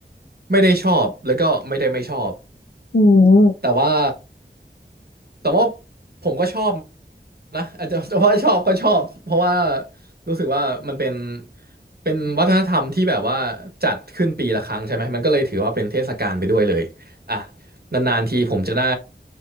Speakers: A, on the right (about 55°); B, on the left (about 65°).
A: ไม่ได้ชอบแล้วก็ไม่ได้ไม่ชอบ
B: อืม
A: แต่ว่า แต่ว่าผมก็ชอบนะ <laughs> อาจจะแต่ว่าชอบก็ชอบเพราะว่ารู้สึกว่ามันเป็นเป็นวัฒนธรรมที่แบบว่าจัดขึ้นปีละครั้งใช่ไหมมันก็เลยถือว่าเป็นเทศกาลไปด้วยเลยอ่ะนานๆทีผมจะได้